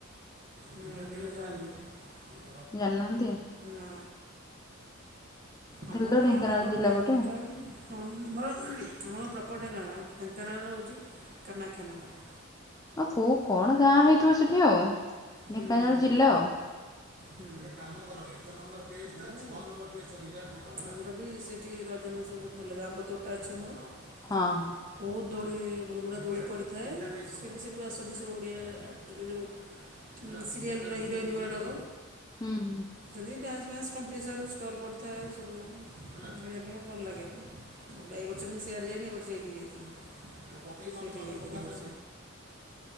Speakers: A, on the right; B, on the left.
A: <unintelligible>
B: ଜାଣି ନାହାନ୍ତି।
A: ନା ଆମର
B: ତ
A: କଣ
B: ଢେଙ୍କାନାଳ
A: ଆମର
B: ଜିଲ୍ଲା
A: ଢେଙ୍କାନାଳ
B: ପଟେ
A: ଅମ୍ ତମର? ମୁଁ ପ୍ରପର୍ ଢେଙ୍କାନାଳ। ଢେଙ୍କାନାଳ ରେ ରହୁଚି କାମାକ୍ଷା ନଗର।
B: ଆଉ କୋଉ କଣ ଗାଁ ହେଇଥିବ ସେଠି ଆଉ।
A: ହୁଁ।
B: ଢେଙ୍କାନାଳ ଜିଲ୍ଲା ଆଉ।
A: ଗୋଟେ ଆମର ବି ସେଇଠି ରଜ ମହୋତ୍ସବ ବହୁତ ଭଲରେ ‌ହୁଏ। ଆମ୍ବତୋଟା ଅଛି ଆମର।
B: ହଁ।
A: ବହୁତ ଦୋଳି ବହୁତ ଗୁଡା ଦୋଳି ପଡ଼ିଥାଏ। ସିଏ ବି ସବୁ ଆସନ୍ତି ସବୁ ଓଡ଼ିଆ ଆକ୍ଟର୍ ଯୋଉ ସିରିଏଲ୍ ର ହିରୋଇନ୍ ଗୁରଡାକ।
B: ହଁ ହୁଁ ହୁଁ
A: ସେଲି ଡ୍ୟାନ୍ସ। ଫ୍ରେଣ୍ଡସ୍ କମ୍ପିଟିସନ୍ ଷ୍ଟଲ୍ ପଡ଼ିଥାଏ ସବୁ ଉମ୍ ସବ୍ ବେଳେ ଏବେ ଭଲ୍ ଲାଗେ। ଏବେ ଏ ବର୍ଷ କିନ୍ତୁ ସିଆଡ଼େ ଯାଇନି ଏ ବର୍ଷ ଏଠିକି ଯାଇଥିଲି। ସେଇଠିକି ଯାଇଥିଲି ଏ ବର୍ଷ।